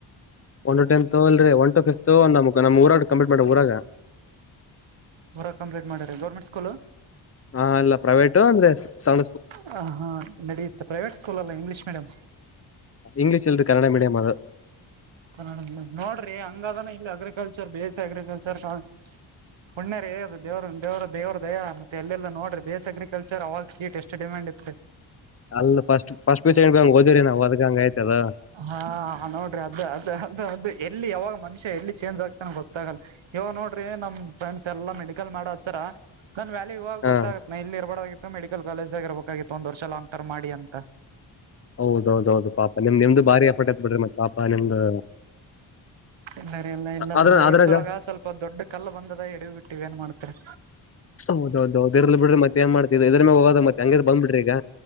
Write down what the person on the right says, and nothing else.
ಹೊರ ಕಂಪ್ಲಟ್ ಮಾಡ ಗರ್ೆಂಟ್ ಸ್ಕೂಲ್
ಹ ಹಾ ನಡೆಯುತ್ತೆ ಪ್ರೈವೇಟ್ ಸ್ಕೂಲ್ ಅಲ್ಲ ಇಂಗ್ಲೀಷ್ ಮೀಡಿಯ್
ಕನ್ನಡ ನೋಡ್ರಿ ಹಂಗಾದಾನ ಇಲ್ಲಿ ಅಗ್ರಿಕಲ್ಚರ್ ಬೇಸ್ ಅಗ್ರಿಕಲ್ಚರ್ ಕ ಹು್ಣ್ಯರೇ ದೇವರು ದೇವ್ರ ದೇವ್ರ ದಯ ಅ ಎಲ್ಲಾ ನೋಡ್ರ ಬೇ ಅಗ್ರಿಕಲ್ಚರ್ ಅವಾಗ ಕೀಟ್ ಎಷ್ಟು ಅಷ್ಟ ಡಿಮ್ಯಾಂಡ್ ಇತ್ತೆ
ಹಾ ನೋಡ್ರಿ ಅದ ಅದ ಅದ ಅದ ಎಲ್ಲಿ ಯಾವಾಗ ಮನುಷ್ಯ ಎಲ್ಲಿ ಚೇಂಜ್ ಆಗ್ತಾನ ಗೊತ್ತಾಗಲ್ಲ ಇವ ನೋಡ್ರಿ ನಮ್ ಫ್ರೆಂಡ್ಸ್ ಎಲ್ಲಾ ಮೆಡಿಕಲ್ ಮಾಡ ಹತ್ತಾರ ನನ್ ವ್ಯಾಲ ಇವಾಗ
ಗೊತ್ತತ್ಾ ಇಲ್ಲಿ ಇರಬೋಾಗಿತ್ತು ಮೆಿಕಲ್ ಕಾಲೇಜ ಆಗ ಇರಬೇಕಾಗಿತ್ತು ಒಂದ ವರ್ಷ ಲಾಂಗ್ ಟಮ್ ಮಾಡಿ ಅಂತ
ಇಲ್ಲರಿಲ್ಲ ಇ ನಮ್
ಲೈಫ್ದೊಳಗ
ಸ್ವಲ್ಪ ದೊಡ್ ಕಲ್ಲ ಬಂದದ ಎಡವಿ ಬಿಟ್ಟಿವ್ ಏನ್ ಮಾಡ್ತಾರೆ